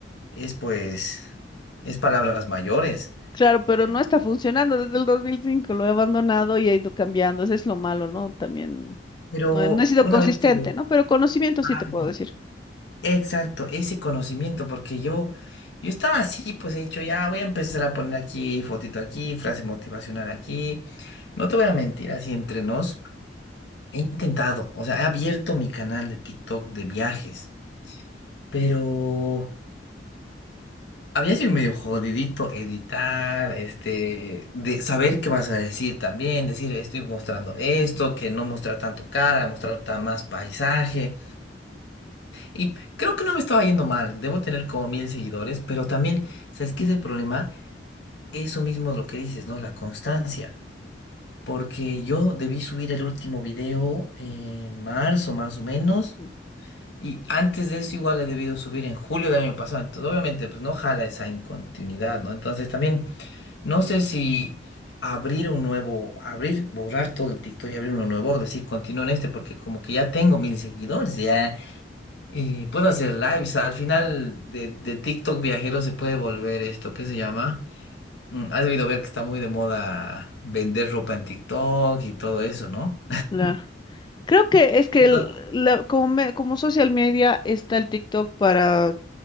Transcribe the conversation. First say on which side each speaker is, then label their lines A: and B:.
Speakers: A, on the left; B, on the left.
A: es pues, es palabras mayores.
B: Claro, pero
A: Eh,
B: no está funcionando desde el 2005. lo he abandonado y he ido cambiando, eso es lo malo, ¿no? También
A: Pero
B: no he, no he sido
A: una
B: consistente,
A: vez que...
B: ¿no? Pero conocimiento sí
A: Ah,
B: te puedo decir.
A: Exacto, ese conocimiento, porque yo, yo estaba así, pues he dicho, ya voy a empezar a poner aquí fotito aquí, frase motivacional aquí. No te voy a mentir, así entre nos. He intentado, o sea, he abierto mi canal de TikTok de viajes, pero había sido medio jodidito editar, este, de saber qué vas a decir también, decir estoy mostrando esto, que no mostrar tanto cara, mostrar ta- más paisaje. Y creo que no me estaba yendo mal, debo tener como mil seguidores, pero también, ¿sabes qué es el problema? Eso mismo es lo que dices, ¿no? La constancia. Porque yo debí subir el último video en marzo, más o menos.
B: Mm.
A: Y antes de eso igual he debido subir en julio del año pasado. Entonces, obviamente, pues no jala esa incontinuidad, ¿no? Entonces también no sé si abrir un nuevo, abrir, borrar todo el TikTok y abrir uno nuevo, o decir continúo en este, porque como que ya tengo mil seguidores, ya, y puedo hacer lives. Al final de, de TikTok viajero se puede volver esto, ¿qué se llama? Mm, Has debido ver que está muy de moda vender ropa en TikTok y todo eso, ¿no?
B: Claro. Creo que es que
A: <laughs> Entonces,
B: el- la- como, me- como social media está el TikTok para,